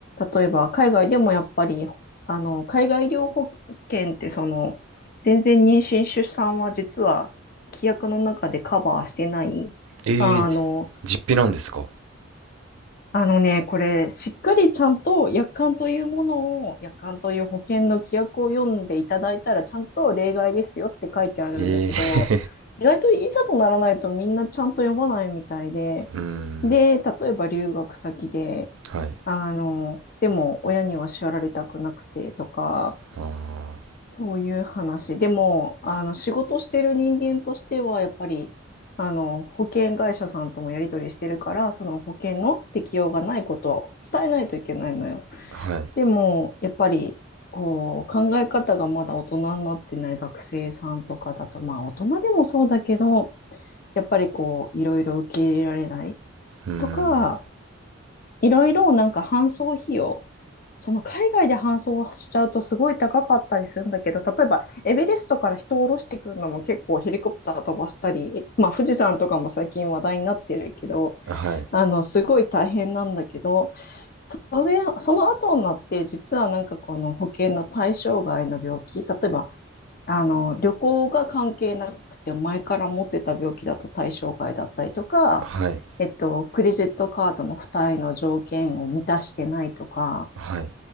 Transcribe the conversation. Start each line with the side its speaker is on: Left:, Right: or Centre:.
Left: 例えば海外でもやっぱり、あの、海外医療保険ってその、全然妊娠出産は実は規約の中でカバーしてない、
Right: えー、
Left: あの、
Right: 実費なんですか
Left: あのね、これ、しっかりちゃんと約款というものを、約款という保険の規約を読んでいただいたら、ちゃんと例外ですよって書いてあるんだけど、
Right: えー、
Left: 意外といざとならないとみんなちゃんと読まないみたいで、
Right: うーん。
Left: で、例えば留学先で、
Right: はい。
Left: あの、でも親には叱られたくなくてとか、
Right: あ
Left: そういう話。でも、あの、仕事してる人間としては、やっぱり、あの、保険会社さんともやり取りしてるから、その保険の適用がないことを伝えないといけないのよ。
Right: あ、はい。
Left: でも、やっぱり、こう、考え方がまだ大人になってない学生さんとかだと、まあ、大人でもそうだけど、やっぱりこう、いろいろ受け入れられない
Right: うーん。
Left: とか、いろいろなんか搬送費用その海外で搬送しちゃうとすごい高かったりするんだけど、例えばエベレストから人を降ろしてくるのも結構ヘリコプター飛ばしたり、まあ、富士山とかも最近話題になってるけど、
Right: はい。
Left: あのすごい大変なんだけど、それ、その後になって実はなんかこの保険の対象外の病気、例えばあの旅行が関係なくて前から持ってた病気だと対象外だったりとか、
Right: はい。
Left: えっと、クレジットカードの付帯の条件を満たしてないとか、
Right: はい。